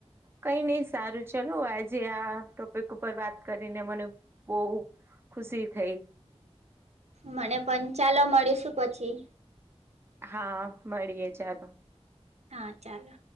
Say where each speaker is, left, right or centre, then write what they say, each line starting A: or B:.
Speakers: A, on the right; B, on the right.
A: કંઈ ની સારું ચલો આજે આ ટોપિક ઉપર વાત કરીને મને બઉ ખુશી થઈ
B: મને પન ચાલો મળીશું પછી
A: હા, મળીએે ચાલો.
B: હાં ચાલો.